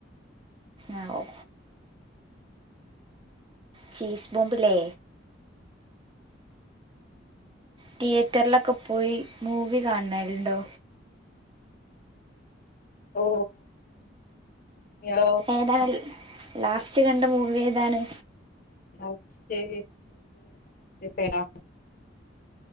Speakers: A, on the right; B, on the left.
A: ആ ഓ ചീസ് ബോംബ് ലേ തിയേറ്ററിലൊക്കെ പോയി മൂവി കാണല്ണ്ടോ
B: ഓ ഇങ്ങളോ?
A: ഏതാണ് ലാസ്റ്റ് കണ്ട മൂവി ഏതാണ്?
B: ലാസ്റ്റ് ഇപ്പം ഏതാ?